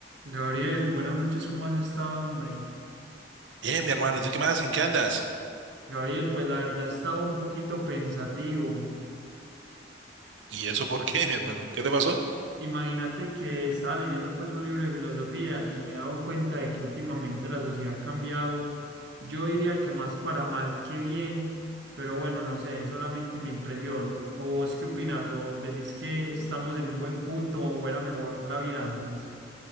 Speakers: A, on the right; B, on the right.
A: Gabriel, buenas noches, ¿cómo has estado, hombre?
B: Eh, mi hermano, ¿y tú qué más? ¿En qué andas?
A: Gabriel, pues la verdad he estado un poquito pensativo.
B: ¿Y eso por qué, <laughs> mi hermano? ¿Qué te pasó?
A: Imagínate que estaba leyendo pues un libro de filosofía y me he dado cuenta de que últimamente la sociedad ha cambiado, yo diría que más para mal que bien, pero bueno, no sé, es solamente mi impresión. ¿O vos qué opinas? ¿O decís que estamos en un buen punto o era mejor la vida antes?